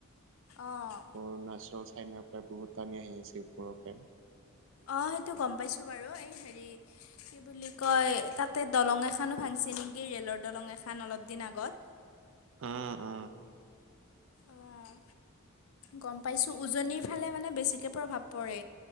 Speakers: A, on the left; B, on the right.
A: অ অ অ অ।
B: অৰুণাচল, চাইনাৰ পৰা বহুত পানী আহি আছে ওপৰৰ পৰাই।
A: অঁ সেইটো গম পাইছোঁ বাৰু এই হেৰি কি বুলি কয় তাতে দলং এখনো ভাংসে নেকি ৰে'লৰ দলং এখন অলপ দিন আগত।
B: উম উ উ উ
A: অ আ আ গম পাইছো উজনিৰ ফালে মানে বেছিকে প্ৰভাৱ পৰে।